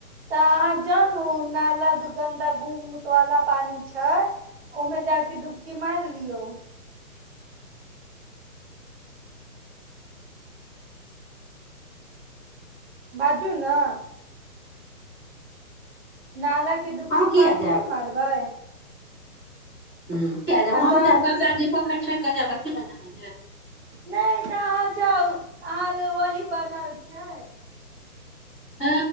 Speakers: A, on the right; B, in the centre.
A: तऽ अहाँ जानून नाला दुगन्धा घूम उऊत वाला पानी छै ओहिमे जााकऽ डुबकी मारि लियौ बाजू ने नाला क इ
B: अहूँ किया
A: पानी
B: जायब
A: नहि मारबै
B: हम किया जायब
A: आ
B: हम
A: तऽ
B: जायब गंगाजी पोखेर मे छौड़ कें जायब लए
A: नहि तऽ अहाँ जाउ अहाँ ल वही बनल छै
B: हँ